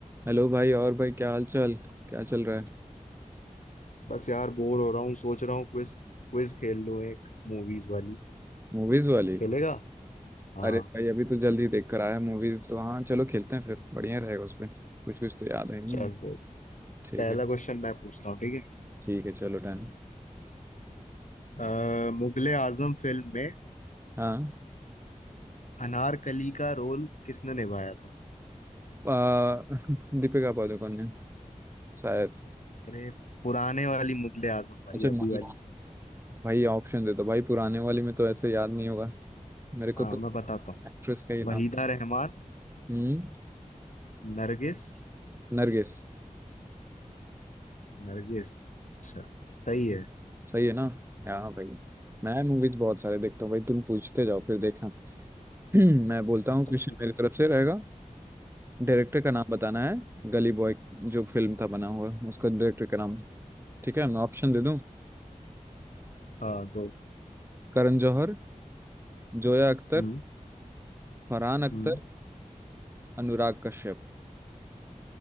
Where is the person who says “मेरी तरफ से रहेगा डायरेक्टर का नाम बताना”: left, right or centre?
Right